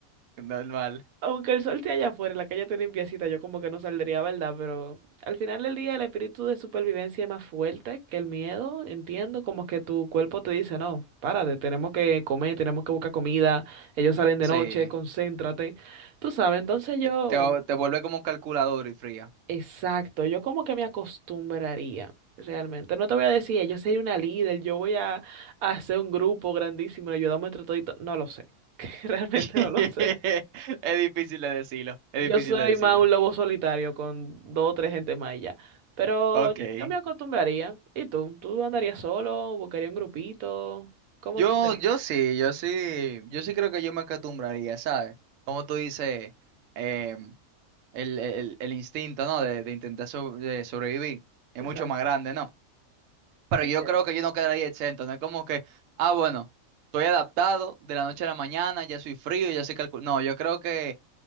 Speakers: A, on the right; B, on the right.
A: normal.
B: Aunque el sol esté allá afuera, la calle esté limpiecita, yo como que no saldría, ¿verdad? Pero al final del día el espíritu de supervivencia es más fuerte que el miedo, entiendo, como que tu cuerpo te dice, no, párate, tenemos que comer, tenemos que buscar comida, ellos salen de
A: Sí,
B: noche, concéntrate, tú sabes, entonces yo,
A: te, te, te vuelve como calculador y fría.
B: exacto, yo como que me acostumbraría. Realmente, no te voy a decir, yo soy una líder, yo voy a, a hacer un grupo grandísimo, ayudamos entre todos, no lo sé, <laughs> realmente
A: <laughs> Es
B: no lo sé.
A: difícil de decirlo, es
B: Yo
A: difícil
B: soy
A: de decirlo.
B: más un lobo solitario con dos o tres gente más y ya. Pero
A: Ok.
B: yo, yo me acostumbraría. ¿Y tú? ¿Tú andarías solo? ¿Buscarías un grupito? ¿Cómo
A: Yo,
B: tú serías?
A: yo sí, yo sí, yo sí creo que yo me acostumbraría, ¿sabes? Como tú dices, em, el, el- el instinto, ¿no? De, de intentar so- de sobrevivir. Es
B: Exacto.
A: mucho más grande, ¿no? Pero
B: Es
A: yo
B: cierto.
A: creo que yo no quedaría exento, no es como que, ah, bueno, estoy adaptado de la noche a la mañana, ya soy frío, ya soy calculado. No, yo creo que